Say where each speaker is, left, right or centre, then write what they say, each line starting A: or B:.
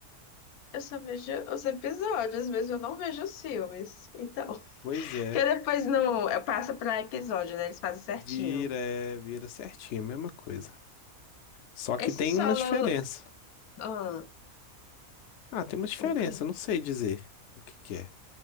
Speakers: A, on the left; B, on the left.
A: eu só vejo os episódios, mas eu não vejo os filmes. Então.
B: Pois
A: Porque
B: é.
A: depois no, passa passo pra episódio, né? Eles fazem certinho.
B: Vira, é, vira certinho, a mesma coisa. Só
A: Esse
B: que tem
A: solo.
B: uma diferença.
A: ah,
B: Ah, tem uma diferença,
A: o que
B: eu não sei dizer o que que é.